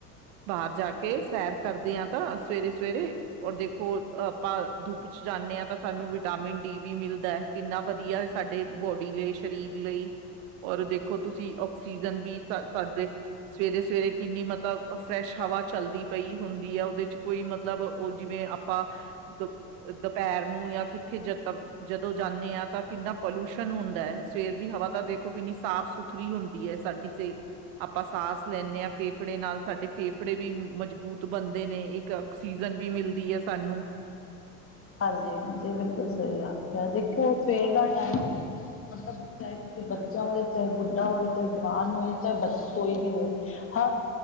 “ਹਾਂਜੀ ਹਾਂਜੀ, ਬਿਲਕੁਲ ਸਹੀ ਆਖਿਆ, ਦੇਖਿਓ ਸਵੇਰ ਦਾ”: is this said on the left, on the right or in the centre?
Left